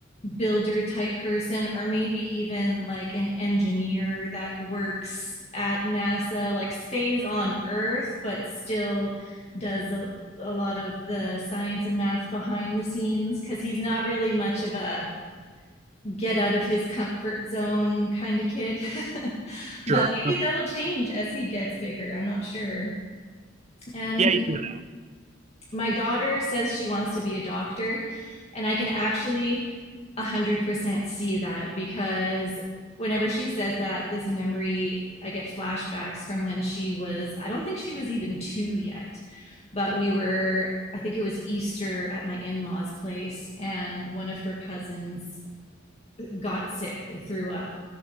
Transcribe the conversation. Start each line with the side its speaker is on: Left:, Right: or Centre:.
Left: builder type person, or maybe even like an engineer that works at NASA, like stays on Earth, but still does a, a lot of the science and math behind the scenes because he's not really much of a get out of his comfort zone kind of kid. <laughs> but
Right: Sure.
Left: maybe
Right: Okay.
Left: that'll change as he gets bigger. I'm not sure. And
Right: Yeah, you know
Left: my daughter says she wants to be a doctor, and I can actually 100% see that because whenever she says that, this memory, I get flashbacks from when she was, I don't think she was even two yet, but we were I think it was Easter at my in law's place, and one of her cousins got sick. They threw up.